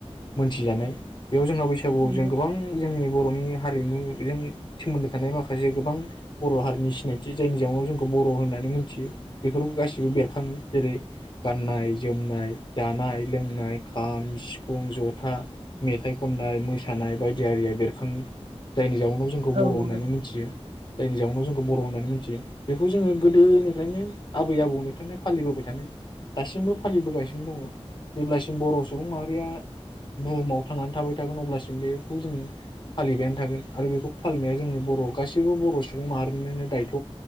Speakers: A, on the left (about 45°); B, on the right (about 55°).
A: मोनथिजानाय बेयाव जोंहा बैसागुआव
B: नंगौ
A: जों गोबां जोंनि बरनि हारिमुजों सोमोन्दो थानाय माखासे गोबां बर हारिनि सिनायथि जायनि जाहोनाव जोंखौ बर होननानै मिथियो बेफोराव गासिबो बेरखाङो। जेरै गाननाय जोमनाय, जानाय, लोंनाय, खाम, सिफुं, जथा, मेथाइ खननाय, मोसानाय बायदि आरिया बेरखाङो जायनि जाउ जोंखौ
B: औ
A: बर
B: नंगौ
A: होन्नानै मोनथियो। जायनि जाउनाव जों बर होन्नानै मिथियो। बेखौ जोङो गोदोनिफ्रायनो आबै आबौनिफ्रायनो फालिबोबाय थानाय दासिमबो फालिबोगासिनो दङ जेब्लासिम बर सुबुं माहारिया बुहुमाव थांनानै थाबाय थागोन अब्लासिम बेखौ जों फालिबायानो थागोन आरो बेखौ फालिनाया जोंनि बर गासैबो बर सुबुं माहारिनिनो दायथ